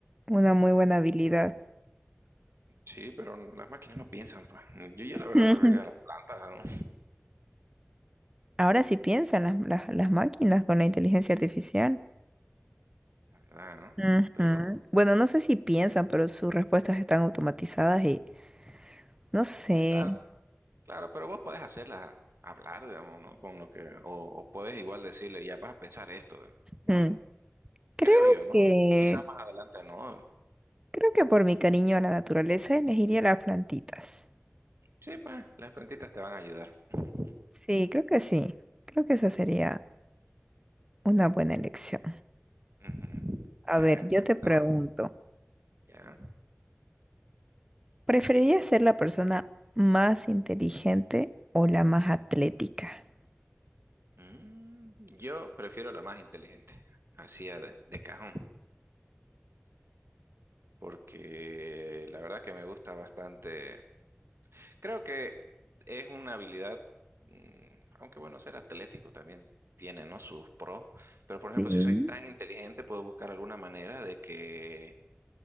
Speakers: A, on the right; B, on the right.
A: una muy buena habilidad.
B: Sí, pero las máquinas no piensan, pues. Yo ya
A: <laughs>
B: la verdad
A: Ujú.
B: preferiría las plantas,
A: Ahora sí piensan las, las- las máquinas con la inteligencia artificial.
B: la verdad, ¿no?
A: Ujú.
B: Pero,
A: Bueno, no sé si piensan, pero sus respuestas están automatizadas y no sé.
B: claro, claro, pero vos podés hacerla hablar, digamos, ¿no? Con lo que, o, o podés igual decirle, ya vas a pensar esto, ¿no?
A: Mm, Creo
B: Creo yo, ¿no?
A: que,
B: Quizás más adelante no.
A: creo que por mi cariño a la naturaleza elegiría las plantitas.
B: Sí, pues, las plantitas te van a ayudar. <laughs>
A: Sí, creo que sí. Creo que esa sería. Una buena elección.
B: Ujú. ujú.
A: A
B: Ya,
A: ver,
B: a ver,
A: yo
B: pregunta
A: te pregunto,
B: vos. Ya.
A: ¿preferirías ser la persona más inteligente o la más atlética?
B: Mm, yo prefiero la más inteligente, así a de, de cajón, porque la verdad que me gusta bastante. Creo que es una habilidad, mm, aunque bueno, ser atlético también tiene, ¿no? Sus pros, pero por ejemplo,
A: Sí.
B: si soy tan inteligente, puedo buscar alguna manera de que,